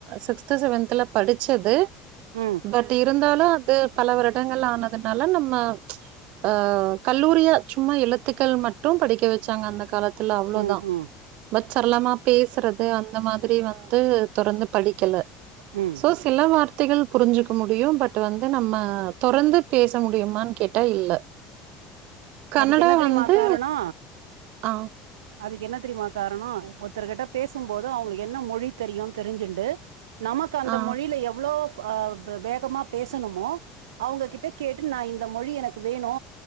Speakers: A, on the right; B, on the right.
A: சிக்ஸ்த்து செவன்த்துல படிச்சது
B: ம்
A: பட் இருந்தாலு அது பல வருடங்கள் ஆனதுனால நம்ம அ கல்லூரியா சும்மா எழுத்துக்கள் மட்டு படிக்க வெச்சாங்க அந்த கால <unintelligible> அவ்ளோதான
B: ம் ம்
A: பட் சரளமா பேசுறது அந்த மாதிரி வந்து தொடர்ந்து படிக்கல
B: ம்
A: சோஸ் சில வார்த்தைகள் புரிஞ்சுக்க முடியு பட் வந்து நம்ம தொடர்ந்து பேச முடியுமானு கேட் டா இல்ல கனடா
B: அதுக்கு என்ன தெரியுமா
A: வந்து
B: காரணோ
A: ஆ
B: அதுக்கு என்ன தெரியுமா காரணோ ஒருத்தர் கிட்ட பேசும் போது அவங்களுக்கு என்ன மொழி தெரியுனு தெரிஞ்சுண்டு நமக்கு அந்த
A: ஆ,
B: மொழியில எவ்ளோ ஃபா ஆ வேகமா பேசணுமோ அவங்ககிட்ட கேட்டு நா இந்த மொழி எனக்கு வேணு